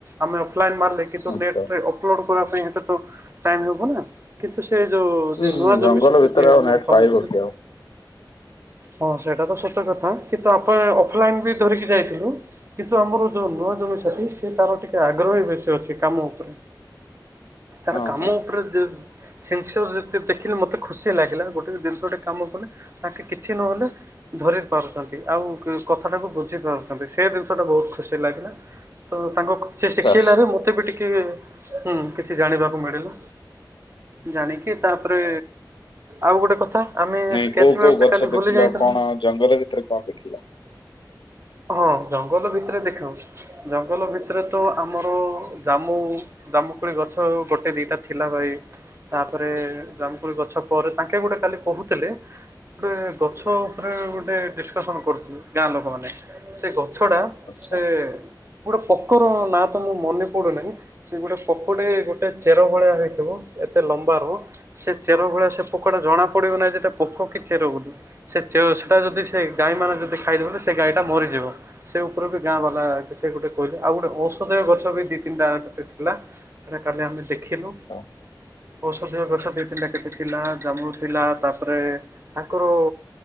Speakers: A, on the right; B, on the left.
A: ଆମେ ଅଫଲାଇ ମାରିଲେ କିନ୍ତୁ
B: ଆଚ୍ଛା
A: ନେଟରେ ଅପଲୋଡ଼ କରିବା ପାଇଁ ହେଟା ତ ଟାଇମ ହବନା। କିନ୍ତୁ ସେ ଯୋଉ
B: ହୁଁ
A: ଯିଏ ନୂଆ ଜମି
B: ଜଙ୍ଗଲ
A: ସତେ
B: ଭିତରେ
A: ଯିଏ
B: ଆଉ
A: ଆମର
B: ନେଟ୍
A: କାମ
B: ପାଇବ
A: କରୁଛି
B: କି ଆଉ?
A: ହଁ ସେଇଟା ତ ସତ କଥା କିନ୍ତୁ ଆପଣ ଅଫଲାଇନ ବି ଧରିକି ଯାଇଥିଲୁ। କିନ୍ତୁ ଆମର ଯୋଉ ନୂଆ ଜମି ସେଠି ସେ ତାର ଟିକେ ଆଗ୍ରହୀ ବେଶୀ ଅଛି କାମ ଉପରେ ତାର
B: ହଁ
A: କାମ
B: ହଁ।
A: ଉପରେ ଦେ ସିନସିଓର ଯେତେ ଦେଖିଲି ମତେ ଖୁସି ଲାଗିଲା ଗୋଟେ ଜିନିଷ ଗୋଟେ କାମ କଲେ ତାଙ୍କେ କିଛି ନହେଲେ ଧରି ପାରୁଛନ୍ତି ଆଉ କଥାଟାକୁ ବୁଝି ପାରୁଛନ୍ତି ସେ ଜିନିଷଟା ବହୁତ ଖୁସି ଲାଗିଲା। ତ ତାଙ୍କୁ ସିଏ
B: ଆଚ୍ଛା
A: ଶିଖେଇଲାରେ ମତେ ବି ଟିକେ ହୁଁ କିଛି ଜାଣିବାକୁ ମିଳିଲା ଜାଣିକି ତାପରେ ଆଉ ଗୋଟେ କଥା ଆମେ
B: ନାଇଁ
A: ସ୍କେଚମେପଟା
B: କୋଉ କୋଉ ଗଛ
A: କାଲି
B: ଦେଖିଲ
A: ଭୁଲି ଯାଇଥିଲୁ।
B: କଣ ଜଙ୍ଗଲ ଭିତରେ କଣ ଦେଖିଲ?
A: ହଁ ଜଙ୍ଗଲ ଭିତରେ ଦେଖେଇବ। ଜଙ୍ଗଲ ଭିତରେ ତ ଆମର ଜାମୁ ଦାମୁକୋଳି ଗଛ ଗୋଟେ ଦିଟା ଥିଲା ଭାଇ। ତାପରେ ଜାମୁକୋଳି ଗଛ ପରେ ତାଙ୍କେ ଗୋଟେ କାଲି କହୁଥିଲେ ଗୋଟେ ଗଛ ଉପରେ ଗୋଟେ ଡିସକସନ୍ କରୁଥିଲ ଗାଁ ଲୋକମାନେ ସେ ଗଛଟା
B: ଆଚ୍ଛା
A: ସେ ଗୋଟେ ପୋକର ନାଁ ତ ମୁଁ ମନେ ପଡୁନାହିଁ ସେ ଗୋଟେ ପୋକଟେ ଗୋ ଟେ ଚେର ଭଳିଆ ହେଇଥିବ। ଏତେ ଲମ୍ବା ହୁଅ ସେ ଚେର ଭଳିଆ ସେ ପୋକ ଟା ଜଣା ପଡିବ ନାହିଁ ଯେଟେ ପୋକ କି ଚେର ବୋଲି। ସେ ଚେର ସେଟା ଯଦି ସେ ଗାଈ ମାନେ ଯଦି ଖାଇଦେବେ ସେ ଗାଈ ଟା ମରିଯିବ ସେ ଉପରକୁ ଗାଁ ବାଲା କିଛି ସେ ଗୋଟେ କୋଇଲ ଆଉ ଗୋଟେ ଔଷଧ ଗଛ ବି ଦି ତିନିଟା ଥିଲା। ସେଟା କାଲି ଆମେ ଦେଖିଲୁ
B: ହଁ।
A: ଔଷଧିୟ ଗଛ ଦି ତିନି ଟା ଥିଲା ଜାମୁ ଥିଲା ତାପରେ ତାଙ୍କର